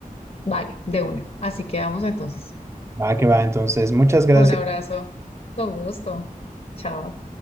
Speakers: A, on the left; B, on the right.
A: Vale, de una. Así quedamos entonces.
B: va que va. Entonces, muchas gracias.
A: Un abrazo. Con gusto. Chao.